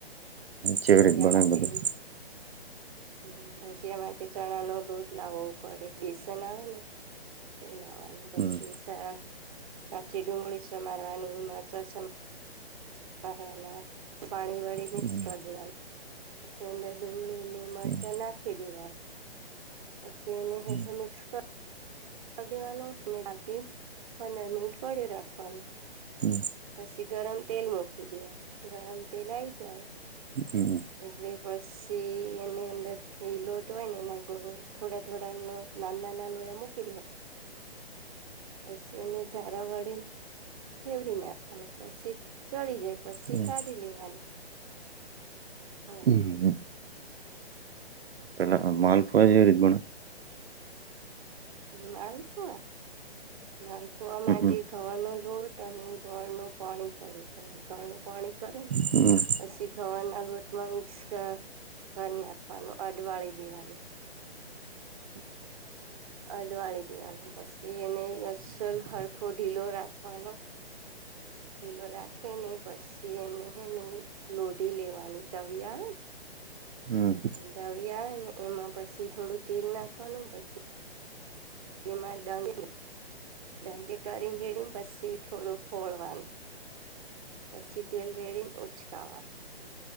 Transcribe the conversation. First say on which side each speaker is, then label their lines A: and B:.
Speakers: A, on the right; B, on the right.
A: ચવરીત
B: ભજીયા
A: બણે
B: માટે
A: બધું.
B: હમ ભજીયા માટે ચણા નો લોટ લાવવો પડે બેસન આવે ને. એ લાવવાનું પછી
A: હમ
B: કાચી ડુંગળી સમારવાની મરચા સમા. મારવાના પાણી વળી મિક્સ
A: હમ
B: કરી દેવાનું. પછી અંદર ડુંગળી ને મરચા
A: હમ
B: નાખી દેવાના. પછી એને હેઠું
A: હમ
B: મિક્સ કર. દેવાનું બાકી પંદર મિનિટ પડ્યું રાખવાનું.
A: હમ.
B: પછી ગરમ તેલ મૂકી દેવા ગરમ તેલ આઈ જાય.
A: હમ.
B: એટલે પછી એની અંદર એ લોટ હોય ને એના થોડા થોડાનો. ના ના લોએ મૂકી દેવાના હોય. પછીને ઝારાવાળે. ફેવરી નાખવાના પછી ચડી જાય પછી
A: હમ
B: કાઢી લેવાનું. હા.
A: હમ
B: <inaudible>
A: હ માલપુઆ પણ.
B: માલપુઆ માલપુઆ
A: હમ
B: માટે ઘવા નો લોટ અને ગોળ નૉ પાણી કરવું પડે ગોળ નું પાણી કરે ને.
A: હમ
B: અી ઘવા ના લોટ મિક્સ કર. ઘર નાખવાનું અઢવાળી દેવાનું.
A: હ.
B: અઢવાળી દેવાનું પછી એને. સલ હરખો ઢીલો રાખવાનો. ઢીલો રાખી નેહી પછી એને હેને લોઢી લેવાની તવી આવે ને.
A: હમ
B: તવી આવે ને એમાં પછી થોડું તેલ નાખવાનું પછી. એમાં ડાંગ. લંગે કરીનેેડીને પછી થોડુંક ફોળવાનું. પછી તેલ ધળમ ઓચકાવા.